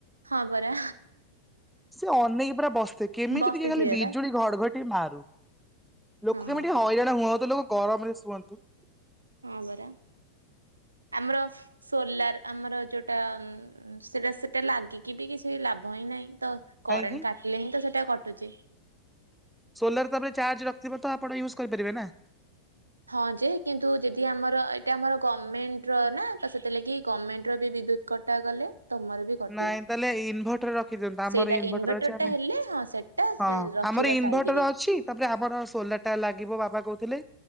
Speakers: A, on the right; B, in the centre.
A: ହଁ ପରା।
B: ସେ ଅନେଇକି ପୁରା ବସିଥିବେ କେମିତି
A: ବସିଥିବେ
B: ଟିକେ ଖାଲି ବିଜୁଳି
A: ବା
B: ଘଡଘଡି ଟିକେ ମାରୁ। ଲୋକ
A: ହଁ
B: କେମିତି ଟିକେ ହଇରାଣ ହୁଅନ୍ତୁ ଲୋକ ଗରମରେ ଶୁଅନ୍ତୁ।
A: ହଁ ପରା ଆମର ସୋଲାର ଆମର ଯୋଉଟା ସେଟା ସେଟା ଲାଗିକି ବି କିଛି ଲାଭ ହିଁ ନାହିଁ ତ
B: କାହିଁକି
A: କରେଣ୍ଟ କାଟିଲେ ହିଁ ତ ସେଇଟା କଟୁଛି।
B: ସୋଲାର ତାପରେ ଚାର୍ଜ ରଖିଥିବ ତ ଆପଣ ୟୁଜ୍ କରିପାରିବ ନା।
A: ହଁ ହଁ ଯେ କିନ୍ତୁ ଯଦି ଆମର ଏଇଟା ଆମର ଗଭର୍ଣ୍ଣମେଣ୍ଟ ର ନା ତ ସେଥିଲାଗି ଗଭର୍ଣ୍ଣମେଣ୍ଟ ର ବିଦ୍ୟୁତ କଟ ଟା ଗଲେ ତମର ବି କଟିବ।
B: ନାଇଁ ତାହେଲେ ଇନଭଟର ରଖିଦିଅନ୍ତୁ ଆମର
A: ସେଇଟା
B: ଇନଭଟର
A: ଇନଭଟରଟା
B: ଅଛି ଆମେ
A: ହେଲେ ହଁ ସେଟା
B: ହଁ
A: ରଖିବ
B: ଆମର ଇନଭର୍ଟର
A: ସାଇତିକି
B: ଅଛି। ତାପରେ ଆମର ସୋଲାର ଟା ଲାଗିବ ବାବା କହୁଥିଲେ